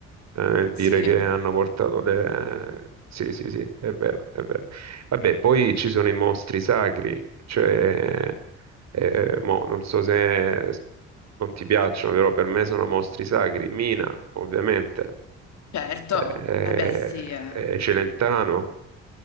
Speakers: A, on the right; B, on the left.
A: eh, nel
B: Sì,
A: dire che hanno portato le... Sì, sì, sì, è vero, è vero. Vabbè, poi ci sono i mostri sacri, cioè... eh, eh, mo, non so se non ti piacciono, però per me sono mostri sacri. Mina, ovviamente,
B: certo.
A: eh,
B: Eh beh, sì. eh.
A: eh, Celentano.